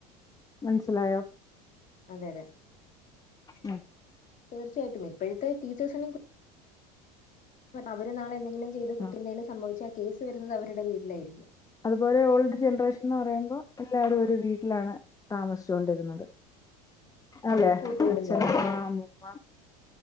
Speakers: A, on the left; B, on the left.
A: മനസ്സിലായോ
B: അതെ അതെ
A: ഉം,
B: തീർച്ചയായിട്ടും ഇപ്പഴ്ത്തെ ടീച്ചേഴ്സിനിം അവര് നാളെ എന്തെങ്കിലും ചെയ്ത് കുട്ടി
A: ഉം.
B: എന്തെലും സംഭവിച്ചാ ആ കേസ് വെരുന്നെത് അവരുടെ പേരിലായിരിക്കും
A: അതുപോലെ ഓൾഡ് ജൻറേഷൻന്ന് പറിയുമ്പോ എല്ലാരും ഒരു വീട്ടിലാണ് താമസിച്ചോണ്ട് ഇരുന്നെത് അതെ
B: കൂട്ടുകുടുംബമായിട്ട്.
A: അച്ഛൻ അമ്മുമ്മാ